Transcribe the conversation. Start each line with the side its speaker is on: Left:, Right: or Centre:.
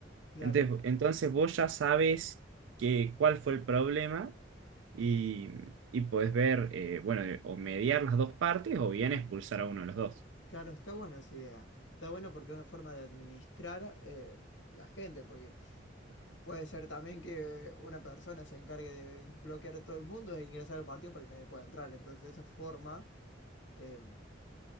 Left: Claro.
Right: Entonces, entonces vos ya sabes que, cuál fue el problema y, y podés ver, eh, bueno, eh, o mediar las dos partes o bien expulsar a uno de los dos.
Left: Claro, está buena esa idea. Está bueno porque es una forma de administrar eh, la gente, porque puede ser también que una persona se encargue de bloquear a todo el mundo e ingresar al partido para que nadie pueda entrar. Entonces, de esa forma eh,